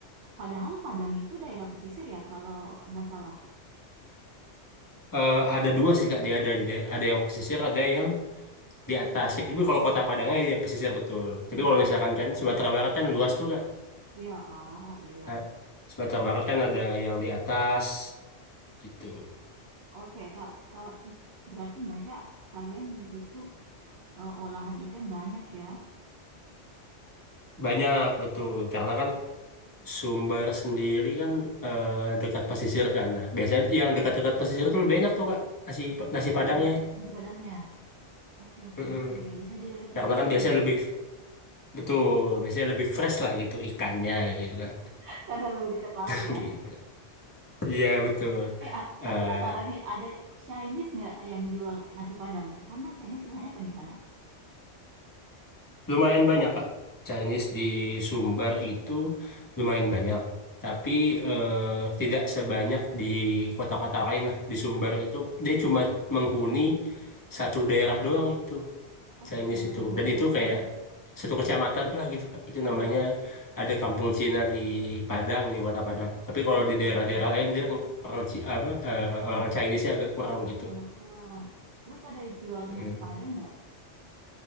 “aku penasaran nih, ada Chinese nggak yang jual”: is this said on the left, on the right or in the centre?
Right